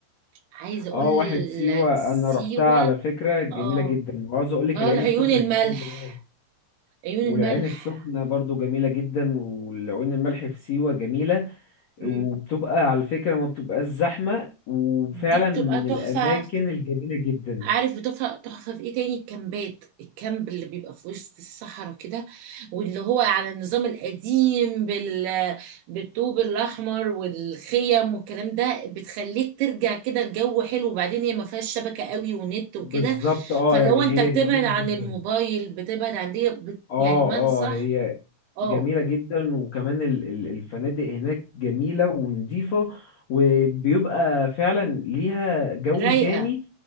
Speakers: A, on the right (about 85°); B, on the left (about 75°).
A: عايزة اقول
B: اه واحد سيوة
A: لك سيوة
B: انا رحتها على فكرة جميلة
A: اه
B: جدا وعاوز اقول لك
A: اه
B: العين
A: العيون
B: السخنة
A: الملح
B: كمان جميلة
A: عيون
B: والعين
A: الملح
B: السخنة برضو جميلة جدا والعين الملح في سيوة جميلة
A: مم.
B: وبتبقى على فكرة ما بتبقاش زحمة وفعلا
A: دي بتبقى
B: من
A: تحفة
B: الأماكن الجميلة جدا
A: عارف بتفرق تحفة في ايه تاني الكامبات الكامب اللي بيبقى في وسط الصحراء كده واللي هو على النظام القديم بال... بالطوب الأحمر والخيم والكلام ده بتخليك ترجع كده الجو حلو وبعدين هي ما فيهاش شبكة قوي ونت وكده
B: بالظبط اه
A: فلو
B: يعني
A: انت
B: هي
A: بتبعد
B: جميلة
A: عن
B: جدا
A: الموبايل بتبعد عن دي بت...
B: اه
A: يعني ما انصح
B: اه هي
A: اه
B: جميلة جدا وكمان ال- ال- الفنادق هناك جميلة ونضيفة وبيبقى فعلا ليها جو
A: رايقة
B: تاني